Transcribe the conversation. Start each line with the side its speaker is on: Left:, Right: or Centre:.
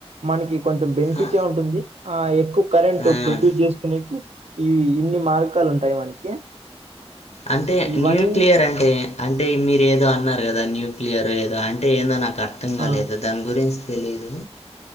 Right: మనకి కొంచెం బెనిఫిటే
Left: ఆ,
Right: ఉంటుంది ఆ ఎక్కువ కరెంట్
Left: ఆ.
Right: ప్రొడ్యూస్ చేసుకునేకి ఈ ఇన్ని మార్గాలు ఉంటాయి మనకి
Left: అంటే
Right: ఇవన్
Left: న్యూక్లియర్ అంటే అంటే మీరేదో అన్నారు గదా న్యూక్లియర్ ఏదో అంటే ఏదో నాకు అర్థం కాలేదు
Right: ఆ!
Left: దాని గురించి తెలీదు